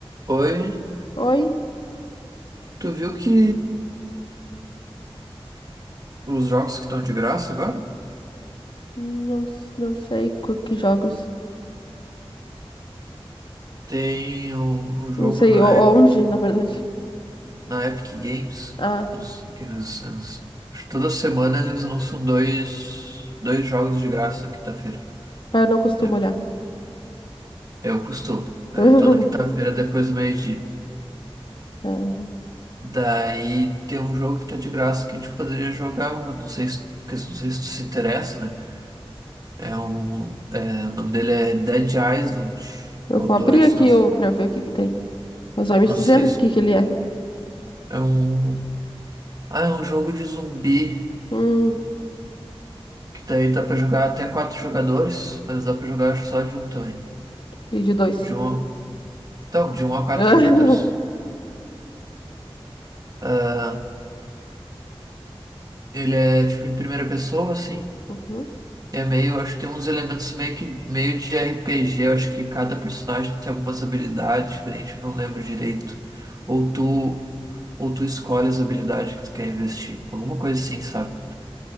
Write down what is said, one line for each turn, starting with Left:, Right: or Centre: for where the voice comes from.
Right: Oi,
Left: Oi?
Right: tu viu que os jogos que estão de graça agora?
Left: Não, s- não sei co- que jogos.
Right: Tem um, um jogo
Left: Não sei
Right: na
Left: o-
Right: Epic,
Left: onde, na verdade.
Right: na Epic Games,
Left: Ah,
Right: uns- que eles, eles- toda semana eles lançam dois, dois jogos de graça quinta-feira.
Left: ah, eu não costumo
Right: De-
Left: olhar.
Right: É o costume. É
Left: <laughs>
Right: toda quinta-feira depois do meio-dia.
Left: Ah,
Right: Daí tem um jogo que tá de graça que a gente poderia jogar, mano. Não sei se, quer dizer, não sei se tu se interessa, né? É um, é, o nome dele é Dead Island.
Left: Eu
Right: É o
Left: vou
Right: dois
Left: abrir aqui
Right: não,
Left: o- pra ver o que que tem. Mas vai me
Right: não
Left: dizendo
Right: sei
Left: o
Right: se
Left: que que ele é.
Right: É um, ah, é um jogo de zumbi,
Left: Hum,
Right: que daí dá pra jogar até quatro jogadores, mas dá pra jogar acho, só de um também.
Left: e de dois.
Right: De um, então, de um a quatro
Left: <laughs>
Right: jogadores. Ah, ele é tipo em primeira pessoa, assim.
Left: Uhum.
Right: É meio, acho que tem uns elementos meio que meio de RPG. Eu acho que cada personagem tem algumas habilidades diferentes, eu não lembro direito. Ou tu, ou tu escolhe as habilidades que tu quer investir. Alguma coisa assim, sabe?